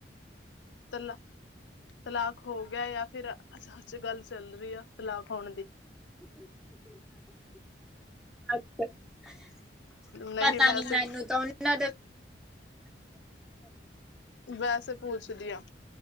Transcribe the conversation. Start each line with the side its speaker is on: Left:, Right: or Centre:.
Left: ਤਲਾ---ਤਲਾਕ ਹੋ ਗਿਆ ਜਾਂ ਫਿਰ ਅੱਛਾ ਸੱਚ ਗੱਲ ਚੱਲ ਰਹੀ ਆ ਤਲਾਕ ਹੋਣ ਦੀ
Centre: ਹ <inaudible>
Left: ਨਹੀਂ
Centre: ਪਤਾ
Left: ਵੈਸੇ
Centre: ਨੀ ਮੈਨੂੰ, ਤਾਂ ੳਹਨਾ ਦਾ
Left: ਵੈਸੇ ਪੁੂਛਦੀ ਆਂ।